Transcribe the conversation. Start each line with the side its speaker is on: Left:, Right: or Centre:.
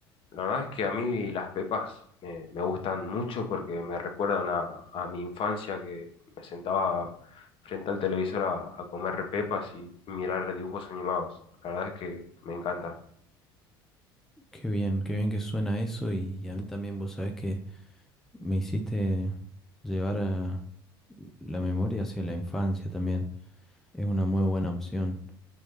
Left: La verdad es que a mí las pepas me, me gustan mucho porque me recuerdan a, a mi infancia que me sentaba frente al televisor a, a comer pepas y, y mirar dibujos animados. La verdad es que me encanta.
Centre: Qué bien, qué bien que suena eso y a mí también vos sabés que me hiciste llevar a la memoria hacia la infancia también. Es una muy buena opción